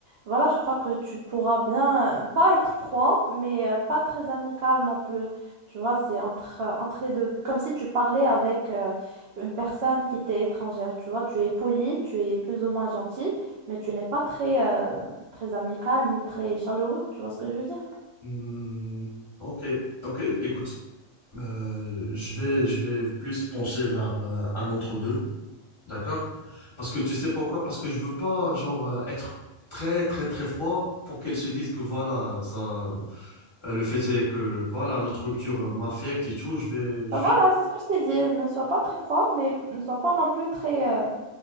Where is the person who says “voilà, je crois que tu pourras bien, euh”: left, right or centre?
Right